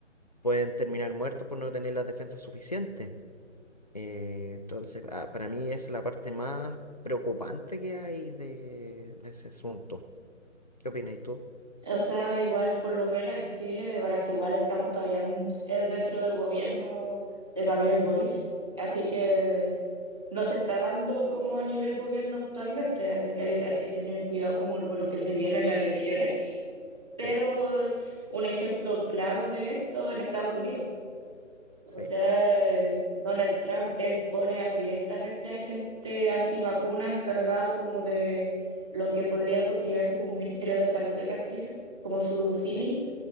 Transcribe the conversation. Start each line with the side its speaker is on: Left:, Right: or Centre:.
Left: pueden terminar muertos por no tener las defensas suficientes. Eh, entonces, ah, para mí es la parte más preocupante que hay de, de ese asunto. ¿Qué opinas tú?
Centre: O sea, igual, por lo menos en Chile, bueno, es que igual estamos todavía en- eh, dentro del gobierno de Gabriel Boric, así que no se está dando como a nivel gobierno actualmente, así que hay, hay que tener cuidado como con lo que se viene en las elecciones. Pero
Left: Sí,
Centre: un ejemplo claro de esto en Estados Unidos. O
Left: sí,
Centre: sea, eh, Donald Trump, él pone a- directamente a gente antivacuna encargada como de lo que podría considerarse como un Ministerio de Salud acá en Chile, como su símil
Left: sí,